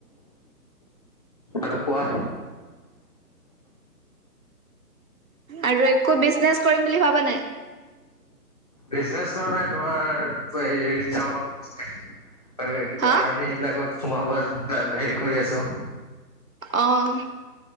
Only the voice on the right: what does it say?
আৰু একো বিজনেচ কৰিম বুলি ভাবা নাই।
হা
অ',